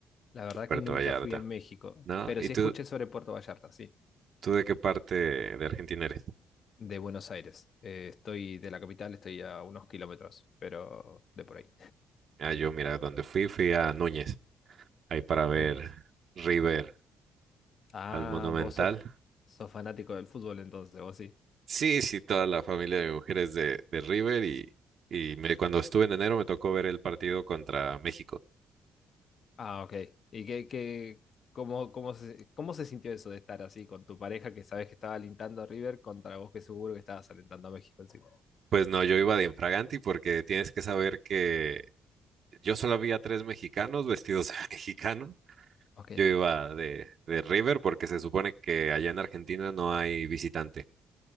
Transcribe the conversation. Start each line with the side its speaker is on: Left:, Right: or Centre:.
Left: La verdad
Right: Puerto
Left: que nunca
Right: Vallarta,
Left: fui a México,
Right: ¿no?
Left: pero
Right: ¿Y
Left: sí
Right: tú,
Left: escuché sobre Puerto Vallarta, sí,
Right: tú de qué parte de Argentina eres?
Left: de Buenos Aires. Eh, estoy de la capital, estoy a unos kilómetros, pero de por ahí.
Right: Ah, yo, mira, donde fui, fui a Núñez, ahí
Left: <laughs>
Right: para ver
Left: Núñez.
Right: River
Left: Ah,
Right: al Monumental.
Left: vos sos, sos fanático del fútbol entonces, vos sí.
Right: Sí, sí, toda la familia de mujeres de, de River y, y me- cuando estuve en enero me tocó ver el partido contra México.
Left: Ah, ok. ¿Y qué, qué, cómo, cómo se, cómo se sintió eso de estar así con tu pareja que sabes que estaba alentando a River contra vos que seguro que estabas alentando a México encima?
Right: Pues no, yo iba de infraganti porque tienes que saber que yo solo había tres mexicanos vestidos de <laughs> mexicano.
Left: Ok.
Right: Yo iba de, de River porque se supone que allá en Argentina no hay visitante,